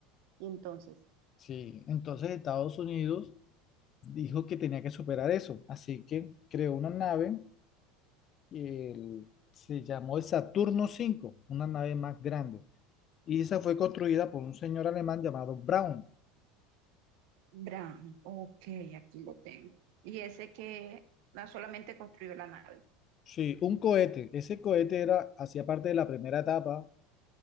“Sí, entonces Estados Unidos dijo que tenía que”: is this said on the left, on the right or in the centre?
Left